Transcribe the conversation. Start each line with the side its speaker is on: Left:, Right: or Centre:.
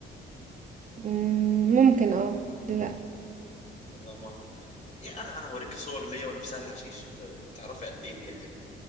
Right: مم، ممكن اه ليه لأ
Left: الله ما اعرف إيه انا انا هوريك صور ليا وانا في سهل حشيش هت- هتعرفي قد ايه هي حلوه